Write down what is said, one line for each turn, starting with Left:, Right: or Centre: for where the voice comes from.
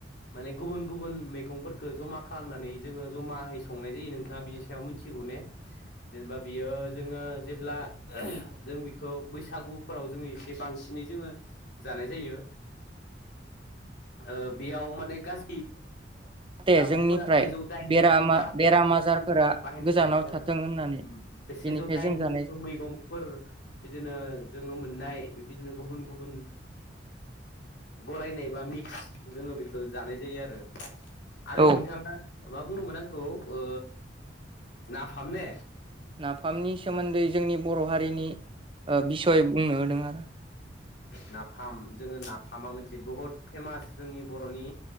Left: माने गुबुन गुबुन मैगंफोरखौ जमा खालामनानै जोङो जमाहै सं नाय जायो नोंथाङा बिनि सायाव मिथिगौ ने? जेनेबा बियो जोङो जेब्ला जों बिखौ बैसागुफोराव जोङो एसे बांसिनै जोङो जानाय जायो। ओ बेयाव माने गासै
Right: जाहाथे
Left: जामुंफोरा
Right: जोंनिफ्राय
Left: सेजौ दाइननि
Right: बेरामा
Left: बारा
Right: बेराम
Left: हाफोर
Right: आजारफोरा
Left: जों बाहायनाय
Right: गोजानाव
Left: जायो आरोप।
Right: थाथों होननानै
Left: उम बे सेजौ
Right: बेनिखाय
Left: दाइननि
Right: जों जानाय
Left: मैगंफोर बिदिनो जोङो मोननाय बे दिनो गुबुन गुबुन गलायनाय बा मिक्स जोङो बेखौ जानाय जायो आरो। आरो
Right: औ
Left: नोंथाङा मा बुंदोंमोन आंखौ ओ नाफाम ने?
Right: नाफामनि सोमोन्दै जोंनि बर' हारिनि बिसय बुंनो होदों आरो
Left: नाफाम जोङो नाफामा मोनसे बुहुत फेमास जोंनि बर'नि